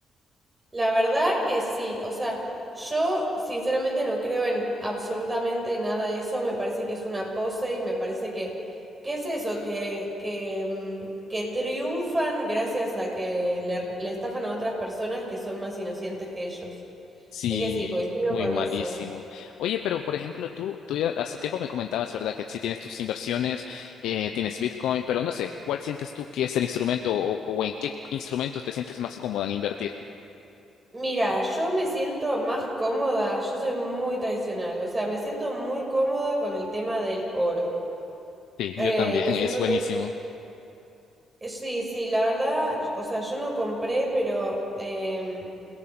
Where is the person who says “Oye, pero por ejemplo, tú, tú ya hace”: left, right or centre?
Left